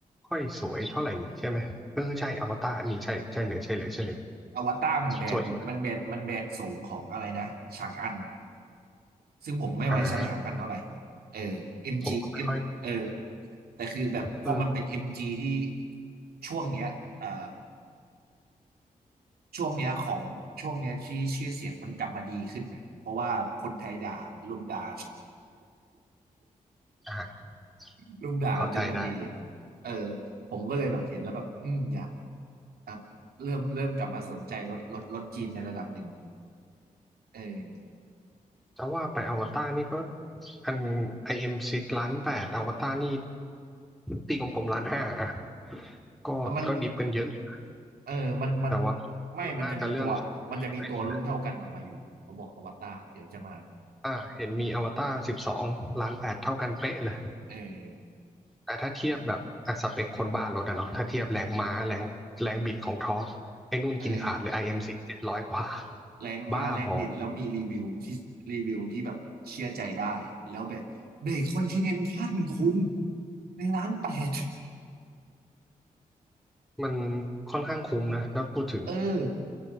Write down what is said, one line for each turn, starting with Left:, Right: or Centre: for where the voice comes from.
Centre: ค่อยสวยเท่าไหร่นี่ใช่ไหมเออใช่อวตารนี่ใช่ใช่เลยใช่เลยใช่เลย
Right: อวตารมันแบนมันแบนมันแบนสูงของอะไรนะฉางอัน
Centre: สวยอยู่นะ
Right: ซึ่งผมไม่ไว้ใช้ฉางอันเท่าไหร่
Centre: อ่า
Right: เออ MG
Centre: ผมก็ไม่ค่อย
Right: M เออแต่คือแบบพอมันเป็น
Centre: เออ
Right: MG ที่ช่วงเนี้ยเอ่อช่วงเนี้ยของช่วงเนี้ยที่ชื่อเสียงมันกลับมาดีขึ้นเนี่ยเพราะว่าคนไทยด่าลุมด่า
Centre: อ่าน
Right: <laughs> ลุมด่ากันจนมันดี
Centre: เข้าใจได้
Right: เออผมก็เลยแบบเห็นแล้วแบบอืมอยากอ่ะเริ่มเริ่มกลับมาสนใจรถรถรถจีนในระดับหนึ่งเออ
Centre: แต่ว่าไปอวตารนี่ก็อัน IM6 ล้านแปดอวตารนี่ตีกลมๆล้านห้าอ่ะก็ก็ดิบกันเยอะอยู่
Right: อ่ะมัน เออมันมัน
Centre: แต่ว่า
Right: ไม่มันจะมีตัวมันจะมีตัวรุ่นเท่ากันออกมาอยู่เขาบอกอวตารเดี๋ยวจะมา
Centre: มันน่าจะเรื่องของไอ้นี่แหละ อ่าเห็นมีอวตารสิบสองล้านแปดเท่ากันเป๊ะเลย
Right: เออ
Centre: แต่ถ้าเทียบแบบอ่ะสเปคคนบ้านรถอะเนาะถ้าเทียบแรงม้าแรงแรงบิดของทอร์กไอ้นู่นกินขาดเลย
Right: เออ
Centre: IM6 เอ็มซีเจ็ดร้อยกว่า
Right: แรงม้าแรงบิดแล้วมีรีวิวที่รีวิวที่แบบเชื่อใจได้แล้วแบบเบรกคอนติเนนทัลคุณ
Centre: บ้าพอ
Right: ในร้านแปด
Centre: มันค่อนข้างคุ้มนะถ้าพูดถึง
Right: เออ